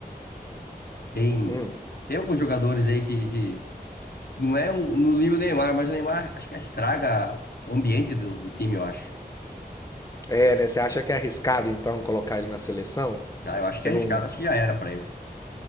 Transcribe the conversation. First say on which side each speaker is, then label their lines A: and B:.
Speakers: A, on the left; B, on the left.
A: Tem
B: Hum.
A: tem alguns jogadores aí que, que não é um, no nível Neymar, mas o Neymar acho que estraga o ambiente do, do time, eu acho.
B: É, né? Você acha que é arriscado, então, colocar ele na seleção?
A: Ah, eu acho
B: Você
A: que é
B: não.
A: arriscado, acho que já era pra ele.